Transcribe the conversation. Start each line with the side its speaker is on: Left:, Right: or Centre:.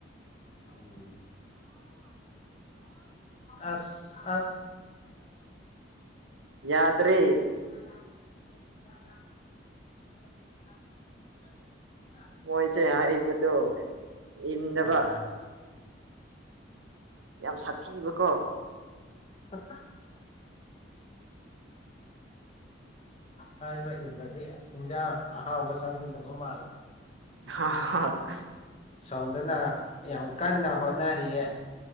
Left: ꯎꯝ ꯑꯁ ꯑꯁ ꯍ
Right: ꯌꯥꯗ꯭ꯔꯦ
Left: ꯎꯝ
Right: ꯃꯣꯏꯁꯦ ꯍꯥꯏꯩꯕꯗꯣ ꯏꯟꯗꯕ
Left: ꯑꯥ
Right: ꯌꯥꯝ ꯁꯥꯊꯤꯕꯀꯣ
Left: ꯑ ꯍꯥꯏꯔꯤꯕ ꯏꯟꯗꯗꯤ ꯏꯟꯖꯥꯡ ꯑꯍꯥꯎꯕ ꯆꯥꯅꯤꯡꯗꯕ ꯃꯥꯜꯂꯦ
Right: ꯑ
Left: ꯁꯣꯟꯝꯗꯅ ꯌꯥꯝ ꯀꯟꯅ ꯍꯣꯠꯅꯔꯤꯌꯦ